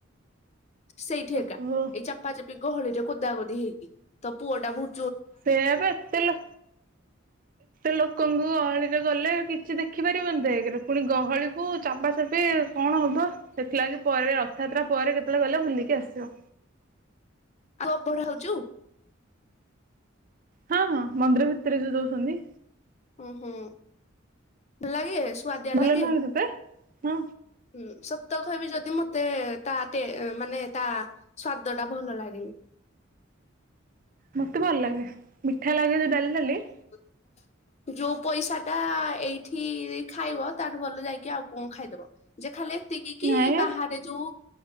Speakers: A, on the left; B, on the right.
A: ସେଇଠି ଏକା,
B: ଓହୋ
A: ଏଇ ଚାପାଚପି ଗହଳିରେ କୋଦା କୋଦି ହେଇକି। ତ ପୁଅ ଟା ବୋହୁ
B: ସେଇଆ ବା ଏତେ ଲୋ
A: ହ <inaudible>
B: ଲୋକଙ୍କ ଗହଳିରେ ଗଲେ କିଛି ଦେଖିପାରିବନି ତ ଏକରେ। ପୁଣି ଗହଳିକୁ ଚାପାଚାପି କଣ ହବ? ସେଥିଲାଗି ପରେ ରଥଯାତ୍ରା ପରେ କେତେବେଳେ ଗଲେ ବୁଲିକି ଆସିବ।
A: ଆଉ ଅବଢା <unintelligible>
B: ହଁ ହଁ ମନ୍ଦିର ଭିତରେ ଯୋ ଦଉଛନ୍ତି।
A: ଓୁଁ ହୁଁ ଲାଗେ ସୁଆଦିଆ
B: ଭଲ
A: ଲାଗେ।
B: ନୁହେଁ କି ତତେ? ହୁଁ।
A: ହୁଁ ସତ କହିବି ଯଦି ମତେ ତା ତେ ମାନେ ତା ସ୍ଵାଦ ଟା ଭଲ ଲାଗେନି।
B: ମତେ ଭଲ ଲାଗେ ମିଠା ଲାଗେ ଜୋ ଡାଲି ଡାଲି
A: ହ। <inaudible> ଯୋଉ ପଇସା ଟା ଏଇଠି ଖାଇବ ତାଠୁ ଭଲ ଯାଇକି ଆଉ କଣ ଖାଇଦବ। ଯେ ଖାଲି ଏତିକିକି
B: ନାଇଁ
A: ବାହାରେ ଯୋଉ